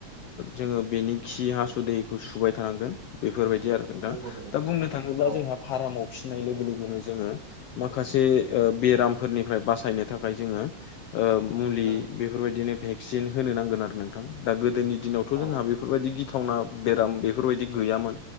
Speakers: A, on the left; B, on the right.
A: जोङो बेनि खि हासु दैखौ सुबाय थानांगोन बेफोरबायदि आरो नोंथां
B: नंगौ नंगौ
A: दा बुंनो थाङोब्ला
B: औ
A: जोंहा फारामाव फिसिनाय लोगो लोगोनो जोङो मा माखासे बेरामफोरनिफ्राय बासायनो थाखाय जोङो मुलि
B: औ
A: बेफोरबायदिनो भेक्सिन होनो नांगोन आरो नोंथां दा गोदोनि दिनावथ'
B: औ
A: जोंहा बेफोरबायदि गि थावना बेराम बेफोरबायदि गैयामोन